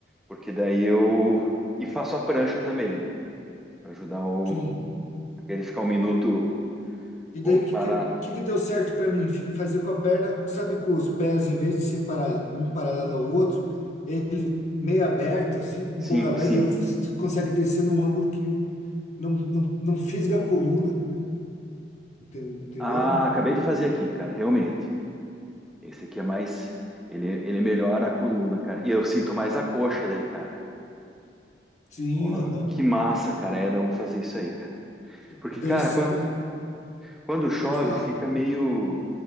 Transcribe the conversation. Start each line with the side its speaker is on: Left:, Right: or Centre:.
Centre: Porque daí eu. E faço a prancha também, né? Pra ajudar o.
Left: Sim.
Centre: Aquele ficar um minuto
Left: E daí
Centre: com-
Left: o que
Centre: parado.
Left: que, eu- o que que deu certo para mim? Fi- Fazer com a perna, sabe, com os pés em vez de separar um paralelo ao outro, ele meio aberto assim, um
Centre: Sim,
Left: pouco aberto,
Centre: sim.
Left: daí você consegue descer num ângulo não, não, não fisga a coluna, ente- entendeu?
Centre: Ah,
Left: Não-
Centre: acabei de fazer aqui, cara. Realmente. Esse aqui é mais. Ele, ele melhora a coluna, cara. E eu sinto mais a coxa daí, cara.
Left: sim,
Centre: Ó,
Left: aham.
Centre: que massa, cara. É, não vou fazer isso aí, cara. Porque,
Left: E daí,
Centre: cara,
Left: se-
Centre: quan- Quando chove,
Left: pode falar.
Centre: fica meio